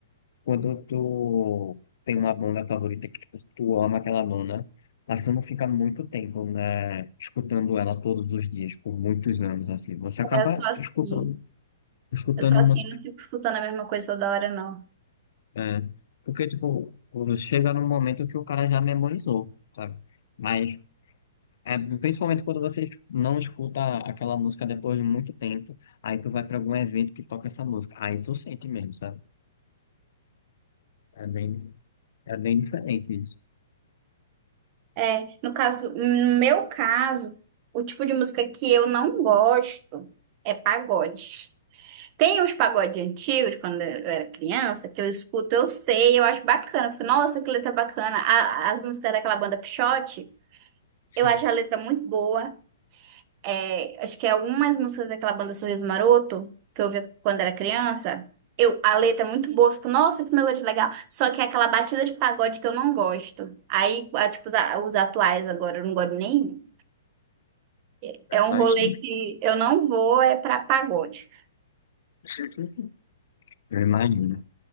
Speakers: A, on the left; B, on the right.
A: Quando tu tem uma banda favorita que tipo, tu ama aquela banda, mas tu não fica muito tempo, né, escutando ela todos os dias, por muitos anos, assim. Você acaba
B: É, Eu sou assim.
A: escutando, escutando,
B: Eu sou assim,
A: uma-
B: não fico escutando a mesma coisa toda hora, não.
A: é, porque, tipo, chega num momento que o cara já memorizou, sabe? Mas É, principalmente quando você não escuta aquela música depois de muito tempo, aí tu vai pra algum evento que toca essa música, aí tu sente mesmo, sabe? É bem, é bem diferente isso.
B: É, no caso, no meu caso, o tipo de música que eu não gosto é pagode. Tem uns pagodes antigos, quando eu era criança, que eu escuto, eu sei, eu acho bacana. Eu falo, nossa, que letra bacana. A- as músicas daquela banda Pixote,
A: Sim,
B: eu acho a letra muito boa. É, acho que é algumas músicas daquela banda Sorriso Maroto, que eu ouvia quando era criança, eu, a letra é muito boa. Eu fico, nossa, que melodia legal. Só que é aquela batida de pagode que eu não gosto. Aí, a- tipo, os, a- os atuais agora, eu não gosto nem. É
A: eu
B: é um
A: imagino.
B: rolê que eu não vou, é pra pagode.
A: <laughs> Eu imagino.